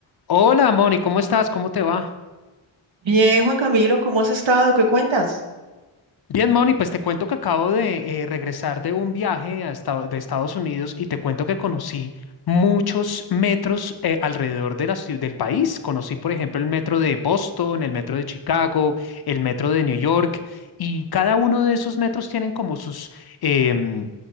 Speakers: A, on the left (about 50°); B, on the right (about 65°).
A: Hola, Moni, ¿cómo estás? ¿Cómo te va?
B: Bien, Juan Camilo, ¿cómo has estado? ¿Qué cuentas?
A: Bien, Moni, pues te cuento que acabo de eh, regresar de un viaje a Estado- de Estados Unidos y te cuento que conocí muchos metros eh, alrededor de la ciu- del país. Conocí, por ejemplo, el metro de Boston, el metro de Chicago, el metro de New York y cada uno de esos metros tienen como sus, em,